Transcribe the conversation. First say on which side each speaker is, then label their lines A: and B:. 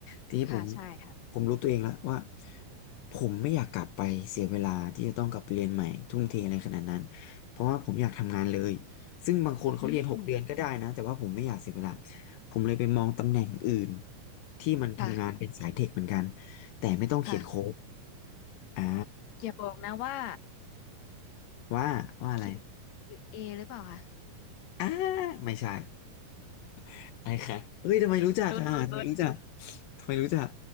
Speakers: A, on the left; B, on the left.
A: ทีนี้ผม
B: ค่ะใช่ค่ะ
A: ผมรู้ตัวเองแล้วว่าผมไม่อยากกลับไปเสียเวลาที่จะต้องกลับไปเรียนใหม่ทุ่มเทอะไรขนาดนั้นเพราะว่าผมอยากทำงานเลยซึ่งบางคนเขาเรียนหกเดือนก็ได้นะแต่ว่าผมไม่อยากเสียเวลา
B: อืม
A: ผมเลยไปมองตำแหน่งอื่นที่มันทำงานเป็นสายเทคเหมือนกัน
B: ค่ะ
A: แต่ไม่ต้องเขียนโค้ด
B: ค่ะ
A: อ่า
B: อย่าบอกนะว่า
A: ว่าว่าอะไร
B: Q เ a หรือเปล่าคะ
A: อ่าไม่ใช่ <laughs> อะไรค่ะเฮ้ยทำไมรู้จักอ่ะทำไมรู้จัก
B: รุนรุนรุน
A: ทำไมรู้จัก